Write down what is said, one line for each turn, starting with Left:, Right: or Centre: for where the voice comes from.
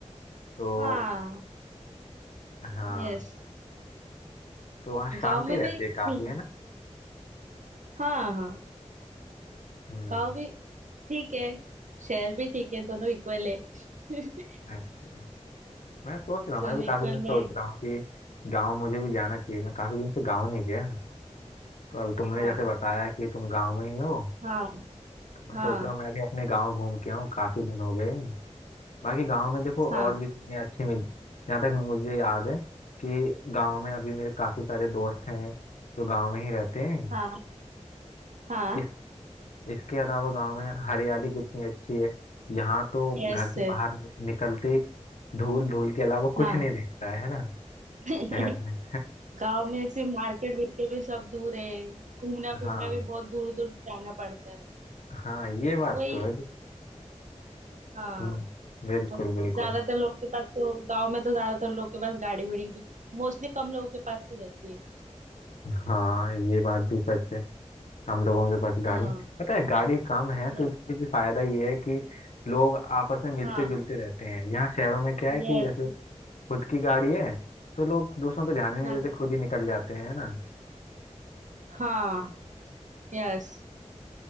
Left: तो
Right: हाँ
Left: हाँ
Right: यस
Left: तो वहाँ शांति
Right: गांव में
Left: रहती
Right: भी हम्म,
Left: है काफी है ना
Right: हाँ हाँ
Left: हम्म
Right: गाँव भी ठीक है शहर भी ठीक है दोनों इक्वल है <laughs>
Left: अच्छा मैं सोच रहा हूँ
Right: दोनों
Left: मैं भी
Right: इक्वल
Left: काफी दिन से
Right: में
Left: सोच
Right: है
Left: रहा हूँ कि गांव मुझे भी जाना चाहिए मैं काफी दिन से गांव नहीं गया तो अभी तुमने
Right: हाँ
Left: जैसे बताया कि तुम गांव में ही हो
Right: हाँ
Left: तो मैं
Right: हाँ
Left: सोच रहा हूँ मैं भी अपने गांव घूम के आऊँ काफी दिन हो गए बाकी गांव में देखो
Right: हाँ
Left: और भी चीजें अच्छी मिली जहाँ तक मुझे याद है कि गांव में अभी मेरे काफी सारे दोस्त हैं जो गांव में ही रहते हैं
Right: हाँ हाँ
Left: इस इसके अलावा गांव में हरियाली कितनी अच्छी है यहाँ तो
Right: Yes
Left: घर से
Right: sir
Left: बाहर नि- निकलते ही धूल धूल के अलावा कुछ
Right: हाँ
Left: नहीं दिखता है है ना
Right: <laughs>
Left: शहर में
Right: गांव में
Left: <laughs>
Right: से मार्केट बिकते भी सब दूर है घूमना फिरना
Left: हाँ
Right: भी बहुत दूर दूर जाना पड़ता है
Left: हाँ ये बात
Right: वही
Left: तो है कि
Right: हाँ
Left: हम्म, बिल्कुल
Right: और
Left: बिल्कुल
Right: ज्यादातर लोग के पास तो गांव में तो ज्यादातर लोग के पास गाड़ी वाड़ी भी मोस्टली कम लोगों के पास ही रहती है
Left: हाँ ये बात भी सच है हम लोगों के पास गाड़ी
Right: हाँ
Left: पता है गाड़ी कम है
Right: ये-
Left: तो इससे भी फायदा ये है कि लोग आपस में मिलते
Right: हाँ
Left: जुलते रहते हैं यहाँ शहरों में क्या है कि
Right: यस
Left: जैसे खुद की गाड़ी है तो लोग दूसरों पे ध्यान ही नहीं
Right: हाँ
Left: देते खुद ही निकल जाते हैं है ना
Right: हाँ Yes